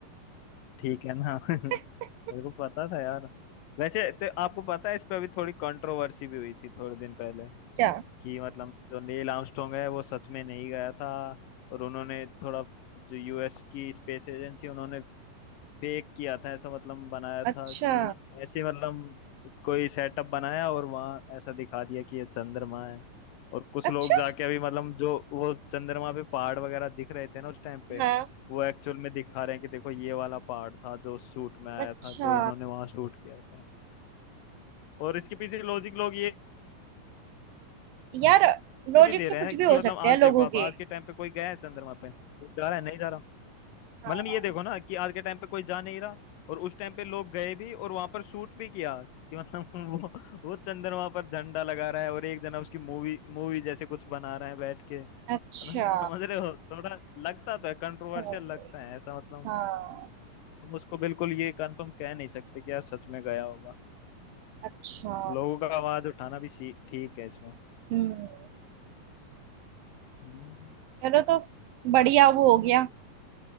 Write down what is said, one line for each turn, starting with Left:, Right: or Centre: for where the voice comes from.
Left: ठीक है ना <laughs> मेरे
Right: <laughs>
Left: को पता था यार वैसे तो आपको पता है इस पे अभी थोड़ी कंट्रोवर्सी भी हुई थी थोड़े दिन पहले
Right: क्या
Left: कि मतलब जो नील आर्मस्ट्रॉन्ग है वो सच में नहीं गया था और उन्होंने थोड़ा जो यूएस की स्पेस एजेंसी उन्होंने फेक किया था ऐसा मतलब बनाया
Right: अच्छा
Left: था कि ऐसे मतलब कोई सेटअप बनाया और वहाँ ऐसा दिखा दिया कि ये चंद्रमा है और कुछ
Right: अच्छा
Left: लोग
Right: अच्छा
Left: जाके अभी मतलब जो वो चंद्रमा पे पहाड़ वगैरह दिख रहे थे ना उस टाइम पे
Right: हाँ
Left: वो एक्चुअल में दिखा रहे हैं कि देखो ये वाला पहाड़ था जो शूट में आया
Right: अच्छा
Left: था जो उन्होंने वहां शूट किया था और इसके पीछे लॉजिक लोग ये
Right: यार लॉजिक
Left: भी दे
Right: तो
Left: रहे
Right: कुछ
Left: हैं
Right: भी
Left: कि
Right: हो
Left: मतलब
Right: सकते
Left: आज
Right: हैं लोगों
Left: देखो आप
Right: के
Left: आज के टाइम पे कोई गया है चंद्रमा पे कोई जा रहा है नहीं जा रहा
Right: हाँ
Left: मतलब ये देखो ना कि आज के टाइम पे कोई जा नहीं रहा और उस टाइम पे लोग गए भी और वहां पर शूट भी किया कि मतलब <laughs> वो वो चंद्रमा पर झंडा लगा रहा है और एक जना उसकी मूवी मूवी जैसे कुछ बना रहा है बैठ के मतलब
Right: अच्छा
Left: <laughs> समझ रहे हो थोड़ा लगता तो है कंट्रोवर्शियल
Right: समझ
Left: लगता
Right: गई
Left: है ऐसा मतलब
Right: हाँ
Left: हम उसको बिल्कुल ये कंफर्म कह नहीं सकते कि यार सच में गया होगा
Right: अच्छा
Left: लोगों का आवाज उठाना भी सी- ठीक है इसमें
Right: हम्म
Left: हम्म,
Right: चलो तो बढ़िया वो हो गया